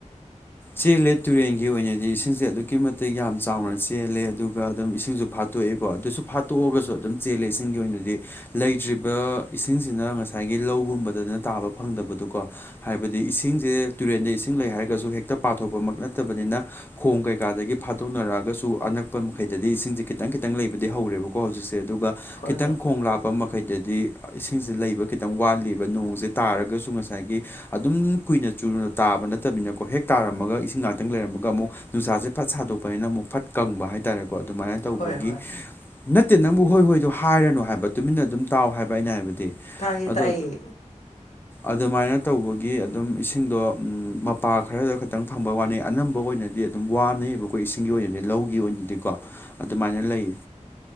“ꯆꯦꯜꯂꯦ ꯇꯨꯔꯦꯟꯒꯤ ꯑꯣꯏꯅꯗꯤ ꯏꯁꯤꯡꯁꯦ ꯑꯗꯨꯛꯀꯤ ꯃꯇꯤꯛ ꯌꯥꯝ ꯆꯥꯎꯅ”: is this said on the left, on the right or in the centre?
Left